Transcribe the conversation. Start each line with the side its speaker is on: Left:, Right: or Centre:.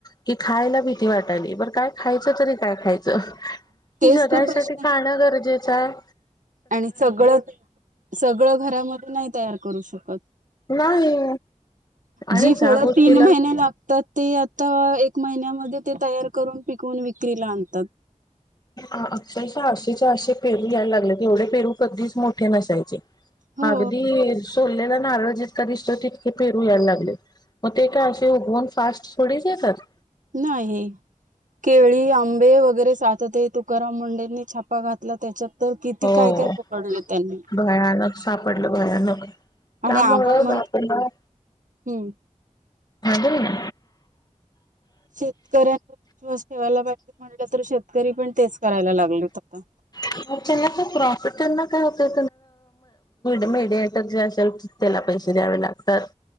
Left: कि खायला भीती वाटाली काय खायचं तरी काय खायचं
Right: तेच
Left: जगायसाठी
Right: तर प्रश्न
Left: खाणं गरजेचं आहे
Right: आणि सगळं सगळं घरामध्ये नाही तयार करू शकत
Left: नाही आणि
Right: जी
Left: ज्या
Right: फळ
Left: गोष्टीला
Right: तीन महिने लागत तर ते आता एक महिन्यामध्ये ते तयार करून पिकवून विक्रीला आणतात
Left: अक्षरशः आशेच्या असे पेरू यायला लागले तेवढे पेरू कधीच मोठे नसायचे
Right: हो
Left: अगदी सोडलेला नारळ जितका दिसतो तितके फेरू यायला लागले मग ते काय असे उगवून फास्ट थोडीच येतात
Right: नाही आहे केळी आंबे वगैरे साचते तुकाराम मुंडेंनी छापा घातला त्याच्या तर किती
Left: हो
Right: काय काय पकडलं त्यांनी
Left: भयानक सापडलं भयानक त्यामुळंच
Right: आणि आपण म्हणतो
Left: आपल्याला
Right: हम्म
Left: हा ब ना
Right: शेतकऱ्यांवर विश्वास ठेवायला पाहिजे म्हटलं तर शेतकरी पण तेच करायला लागलेत आता
Left: का प्रॉफिट काय होतय मीडिटरे त्याला पैसे द्यावे लागतात